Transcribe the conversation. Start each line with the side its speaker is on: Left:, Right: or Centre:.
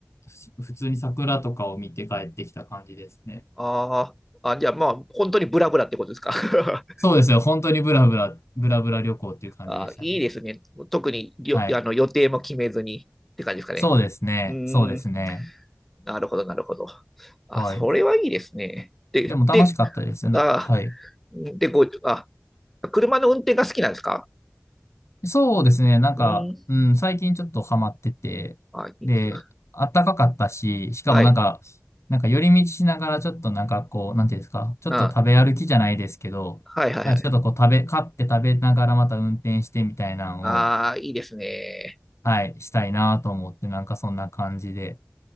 Left: う、ふ普通に桜とかを見て帰ってきた感じですね。
Centre: あーあ、じゃあまあ、本当にブラブラってことですか。<laughs>
Left: そうですよ。本当にブラブラ、ブラブラ旅行っていう感じでしたね。
Centre: あー、いいですね。特によ、
Left: はい。
Centre: あの、予定も決めずにって感じですかね。
Left: そうですね。
Centre: うー
Left: そうですね。
Centre: ん、なるほど、なるほど。あ、
Left: はい。
Centre: それはいいですね。で、
Left: でも楽しかったですな。
Centre: で、あ
Left: はい。
Centre: ー、で、ご、あ、車の運転が好きなんですか
Left: そうですね。なんか、
Centre: うーん、
Left: うん、最近ちょっとハマってて、
Centre: あ、いいんですね
Left: で、あったかかったし、しかもなんか、
Centre: はい、
Left: なんか寄り道しながらちょっとなんかこう、なんていうんですか、ちょっと食べ歩きじゃないですけど、
Centre: あ、はい、はい、
Left: なんかちょっとこう食べ、
Centre: はい。
Left: 買って食べながらまた運転してみたいなのを、
Centre: ああ、いいですね。
Left: はい、したいなと思って、なんかそんな感じで、